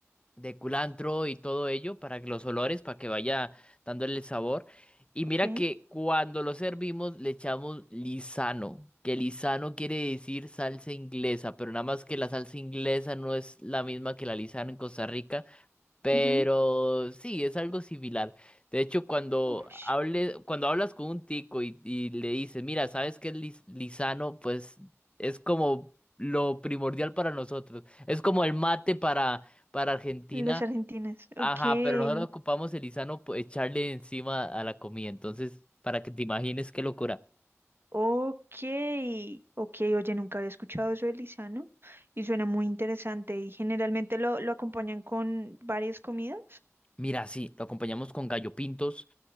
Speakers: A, on the left; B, on the right.
A: de culantro y todo ello para que los olores, para que vaya dándole el sabor. Y
B: ok.
A: mira que cuando lo servimos le echamos lisano, que lisano quiere decir salsa inglesa, pero nada más que la salsa inglesa no es la misma que la lisano en Costa Rica. Pero
B: Ujú.
A: sí, es algo similar. De hecho, cuando
B: Ush,
A: hable, cuando hablas con un tico y, y le dices, mira, ¿sabes qué es lis- lisano? Pues es como lo primordial para nosotros. Es como el mate para, para Argentina.
B: los argentinos,
A: Ajá,
B: ok.
A: pero nosotros ocupamos el lisano, pues, echarle encima a la comida. Entonces, para que te imagines qué locura.
B: Ok, ok, oye, nunca había escuchado eso del lisano y suena muy interesante y generalmente lo, lo acompañan con varias comidas.
A: Mira, sí, lo acompañamos con gallo pintos.